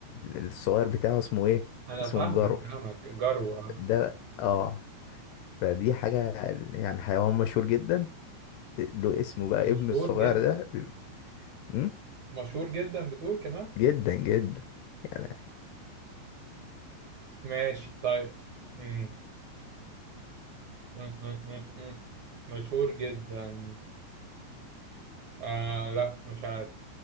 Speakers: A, on the left; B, on the right.
A: الصغير بتاعه اسمه ايه
B: انا
A: اسمه
B: فاهمك
A: الجارو
B: فاهمك جرو اه
A: ده اه فدي حاجة يعني حيوان مشهور جدا له اسمه بقى
B: مشهور
A: ابنه الصغير
B: جدا
A: ده بيبقى- مم؟
B: مشهور جدا بتقول كمان
A: جدا جدا يعني
B: ماشي طيب مم. مم. مم. مم. مم. مشهور جدا آه لا مش عارف